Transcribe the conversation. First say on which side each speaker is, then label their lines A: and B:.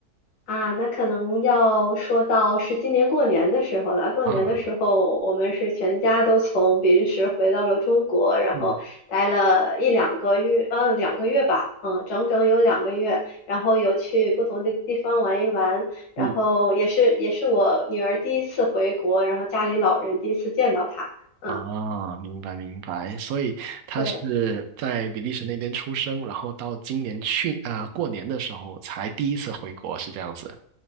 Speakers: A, on the left (about 85°); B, on the right (about 75°).
A: 啊，那可能要说到是今年过年的时候了。过年的时候，
B: 啊，
A: 我们是全家都从比利时回到了中国，然后待了一两个月，
B: 嗯
A: 呃，两个月吧，嗯，整整有两个月。然后有去不同的地方玩一玩，然后也是也是我女儿第一次回国，
B: 嗯，
A: 然后家里老人第一次见到她，嗯，
B: 啊，明白明白。所以他是在比利时那边出生，
A: 对。
B: 然后到今年去啊、过年的时候才第一次回国，是这样子。